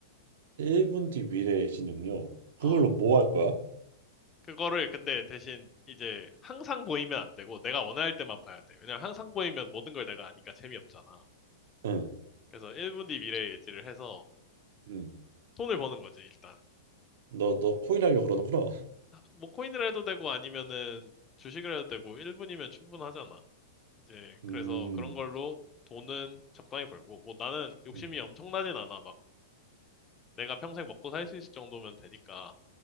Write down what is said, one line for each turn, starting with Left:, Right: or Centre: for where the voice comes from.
Right: 1분 뒤 미래의 능요
Left: 어,
Right: 그걸로 뭐 할 거야?
Left: 그거를 근데 대신 이제 항상 보이면 안 되고 내가 원할 때만 봐야 돼. 왜냐면 항상 보이면 모든 걸 내가 아니까 재미없잖아.
Right: 응.
Left: 그래서 1분 뒤 미래 예지를 해서
Right: 응.
Left: 돈을 버는 거지, 일단.
Right: 너 너 코인 하려고 그러는구나
Left: 뭐 코인을 해도 되고 아니면은 주식을 해도 되고 1분이면 충분하잖아. 이제
Right: 음.
Left: 그래서 그런 걸로 돈은 적당히 벌고 뭐 나는 욕심이
Right: 음.
Left: 엄청나진 않아. 막 내가 평생 먹고 살 수 있을 정도면 되니까.